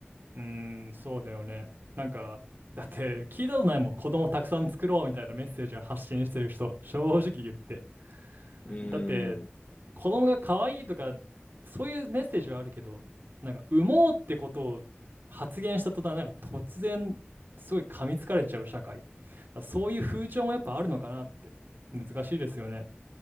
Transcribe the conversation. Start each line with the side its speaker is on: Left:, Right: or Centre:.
Right: ーん、そうだよね。なんか、だって聞いたことないもん。子供たくさん作ろうみたいなメッセージを発信してる人、正直言って。
Left: うーん。
Right: だって、子供が可愛いとか、そういうメッセージはあるけど、なんか、産もうってことを発言した途端、なんか突然、すごい噛みつかれちゃう社会。だからそういう風潮もやっぱあるのかなって。難しいですよね。